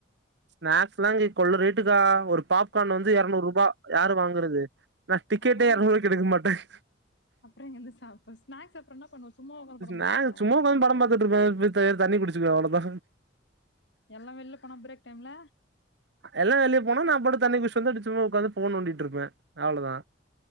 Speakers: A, on the right (about 60°); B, on the left (about 60°).
A: ஸ்நாக்ஸ்லாஜி கொள்ள ரேட்டுக்கா ஒரு பாப்க்கான் வந்து இரநூறு ரூவா யாரு வாங்குறது நா டிக்கெட்டே
B: அப்புறம்
A: இரநூறுவாக்கி எடுக்கமாட்டே <inaudible>
B: அப்புறம் எங்க இருந்து சாப்ப ஸ்நாக்ஸ் அப்புறம் என்ன பண்ணுவ சும்மா உட்காந்து படம் பாத்துருவியா
A: நா சும்மா உக்காந்து படம் பாத்துட்டு இருப்பே பி தே தண்ணி குடிச் ட்டு அவ்ளதா
B: எல்லா வெள்ல போனா பிரேக் டைம்ல
A: எல்லா வெளிய போனா நா பாட்டுக்கு தண்ணி குடிச்ட்டு வந்து அப்பிடி சும்மா உட்காந்து ஃபோன் நோண்டிட்டுருப்பே அவ்ளதா